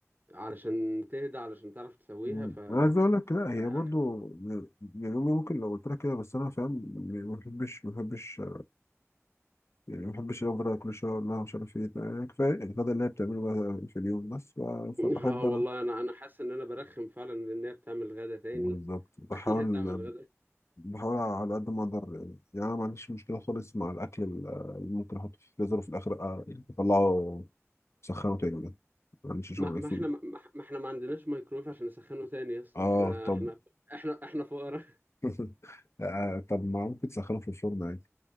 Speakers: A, on the right; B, on the left.
A: علشان تهدى علشان تعرف تسويها
B: مم.
A: ف
B: انا عايز اقول لك لا
A: لا
B: هي
A: يعني
B: برضو يعني امي ممكن لو قلت لها كده بس انا فاهم يعني ما بحبش ما بحبش يعني ما بحبش افضل كل شويه اقول لها مش عارف ايه يعني كفايه الغدا اللي هي بتعمله بقى في اليوم بس ف-
A: <laughs>
B: فبحب
A: اه والله
B: انا
A: أنا أنا حاسس إن أنا برخم فعلا لأن هي بتعمل غدا تاني
B: بالظبط بحاول
A: وبخليها تعمل غدا
B: بحاول على قد ما اقدر يعني يعني انا ما عنديش مشكله خالص مع الاكل ال- اللي ممكن احطه في الفريزر وفي الاخر أ- يعني اطلعه سخنه تاني ده ما عنديش شغل
A: ما, ما
B: فيه
A: احنا ما, ما احنا ما عندناش مايكرويف عشان نسخنه تاني يا اسطى
B: اه
A: احنا
B: طب
A: احنا احنا احنا فقراء
B: <laughs> آه، طب ما ممكن تسخنه في الفرن عادي